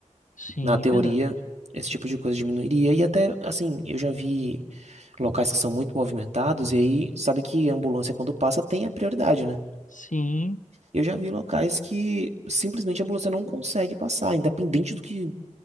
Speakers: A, on the left (about 80°); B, on the right (about 60°).
A: Sim,
B: Na teoria,
A: verdade.
B: esse tipo de coisa diminuiria. E até, assim, eu já vi locais que são muito movimentados, e aí, sabe que a ambulância, quando passa, tem a prioridade, né?
A: Sim,
B: Eu já vi locais que simplesmente a ambulância não consegue passar, independente do que